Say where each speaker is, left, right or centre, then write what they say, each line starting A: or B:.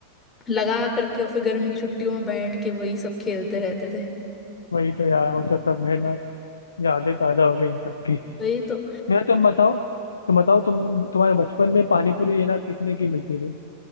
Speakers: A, on the left; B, on the left.
A: लगा करके और फिर गर्मी की छुट्टियों में बैठ के वही सब खेलते रहते थे
B: वही तो यार वो तो सब है ना यादें ताजा हो गई इन सबकी
A: वही तो
B: यार तुम बताओ तुम बताओ तुम तुम्हारे बचपन में पानी पूरी ये ना कितने की मिलती थी